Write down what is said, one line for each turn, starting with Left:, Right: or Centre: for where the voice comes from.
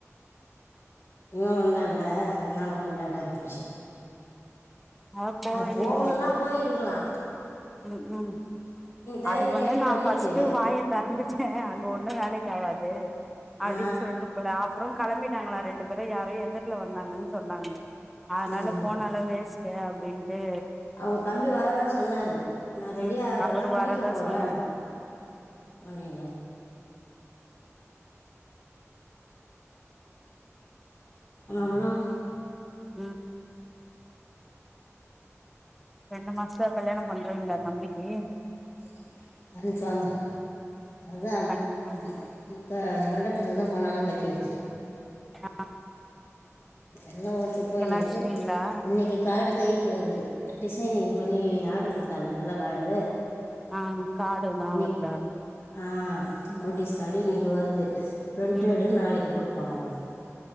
Left: இவ வந்தால்ல அதனால கொஞ்சோ லேட்டாய் போய்ர்ச்சு
Centre: அதா போவேலையே
Left: அது போகணுன்னா
Centre: நேத்து
Left: போயிருக்கலா
Centre: ம் ம்
Left: தயங்கி
Centre: அதுக் வந்து
Left: லேட்
Centre: நா
Left: பண்ணிட்டு
Centre: ஃபஸ்ட்டு வாய திறந்துட்டே அங்க ஒன்னு வேலைக் ஆவாது அப்டின்
Left: ஆ,
Centre: சொல்ட்டு போதா அப்றோ கெளம்பிட்டாங்ளா ரெண்டு அப்றோ யாரோ எதிர்ல வந்தாங்கன் சொன்னாங்க அதனால
Left: ம்,
Centre: போனாலே வேஸ்ட்டு அப்டின் ட்டு
Left: அவுங்க தம்பி வர தா சொன்னாரு நா ரெடியாகுறங்க
Centre: ம் அவரு
Left: குளிக்க
Centre: வரதா
Left: போறே
Centre: சொன்னாரு
Left: அப்டின்னாரு ஆனா அப்பறோ
Centre: ம் ரெண்டு மாஸ்த்துல கல்யாணம் பண்றீங்ளா தம்பிக்கு
Left: <inaudible> கன்ஃபாமா அதா அ
Centre: கன்ஃபார்ம்
Left: புக்க மண்டபத்துக்கு தா பணோலா கட்டி வெச்சே
Centre: ஆ
Left: எல்லா ஓகே போ இன்னைக்
Centre: அடிச்சிட்டீங்களா
Left: இது இன்னைக்கி காடு கைக்கு வருது டிசைனிங் பண்ணி ஆட்ரு குட்த்தானுங்க நல்ல காடு
Centre: ஆ கார்டுதா
Left: இன்னைக்
Centre: வருதா
Left: ஆ
Centre: ம்
Left: நோட்டீஸ் காடு இன்னைக்கு வருது பிரிண்டடு
Centre: ம்
Left: நாளைக்கு குடுப்பாங்க போல்க்து